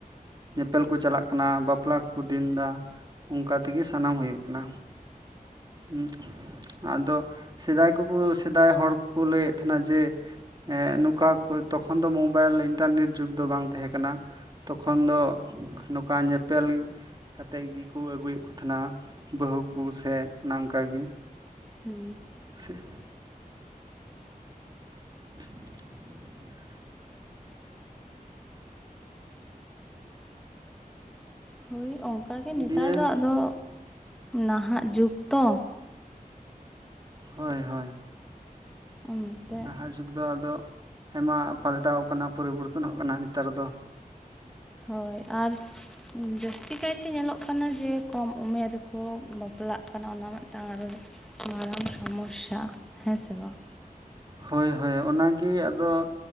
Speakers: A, on the right (about 30°); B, in the centre.
A: ᱧᱮᱯᱮᱞ ᱠᱩ ᱪᱟᱞᱟᱜ ᱠᱟᱱᱟ, ᱵᱟᱯᱞᱟ ᱠᱩᱠᱩ ᱫᱤᱱᱫᱟ ᱩᱝᱠᱟ ᱛᱤᱜᱤ ᱥᱟᱱᱟᱢ ᱦᱩᱭᱩᱜ ᱠᱟᱱᱟ᱾ ᱦᱩᱸᱜ ᱟᱫᱚ ᱥᱮᱫᱟᱭ ᱠᱩᱠᱩ ᱥᱮᱫᱟᱭ ᱦᱚᱲ ᱠᱩᱠᱩ ᱞᱟᱹᱭᱮᱜ ᱛᱟᱦᱮᱱᱟ ᱡᱮ ᱮᱸ ᱱᱩᱠᱟ ᱠᱩ ᱛᱚᱠᱷᱚᱱ ᱫᱚ ᱢᱳᱵᱟᱭᱤᱞ ᱤᱱᱴᱟᱨᱱᱮᱴ ᱡᱩᱜᱽ ᱫᱚ ᱵᱟᱝ ᱛᱮᱦᱮᱸ ᱠᱟᱱᱟ᱾ ᱛᱚᱠᱷᱚᱱ ᱫᱚ ᱱᱩᱠᱟ ᱧᱮᱯᱮᱞ ᱠᱟᱛᱮᱜ ᱜᱤ ᱠᱩ ᱟᱹᱜᱩᱭᱮᱜ ᱠᱩ ᱛᱷᱮᱱᱟ ᱵᱟᱹᱦᱩ ᱠᱩ ᱥᱮ ᱚᱱᱟ ᱟᱝᱠᱟ ᱜᱤ᱾
B: ᱦᱩᱸ
A: ᱥᱮ <inaudible>
B: ᱦᱳᱭ ᱚᱝᱠᱟ ᱜᱮ
A: ᱫᱤᱭᱮ
B: ᱱᱮᱛᱟᱨ ᱫᱚ ᱟᱫᱚ, ᱱᱟᱦᱟᱜ ᱡᱩᱠ‌ ᱛᱚ᱾
A: ᱦᱚᱭ ᱦᱚᱭ᱾
B: ᱚᱱᱟ ᱛᱮ
A: ᱱᱟᱦᱟᱜ ᱡᱩᱜᱽ ᱫᱚ ᱟᱫᱚ ᱟᱭᱢᱟ ᱯᱟᱞᱴᱟᱣ ᱠᱟᱱᱟ ᱯᱚᱨᱤᱵᱚᱨᱛᱚᱱᱚᱜ ᱠᱟᱱᱟ ᱱᱮᱛᱟᱨ ᱫᱚ᱾
B: ᱦᱳᱭ ᱟᱨ ᱡᱟᱹᱥᱛᱤ ᱠᱟᱭᱛᱮ ᱧᱮᱞᱚᱜ ᱠᱟᱱᱟ ᱡᱮ, ᱠᱚᱢ ᱩᱢᱮᱨ ᱨᱮᱠᱚ ᱵᱟᱯᱞᱟᱜ ᱠᱟᱱᱟ ᱚᱱᱟ ᱢᱤᱫᱴᱟᱱ ᱟᱨᱚ ᱢᱟᱨᱟᱝ ᱥᱚᱢᱚᱥᱟ ᱦᱮᱸ ᱥᱮ ᱵᱟᱝ᱾
A: ᱦᱳᱭ ᱦᱳᱭ ᱚᱱᱟᱜᱮ ᱟᱫᱚ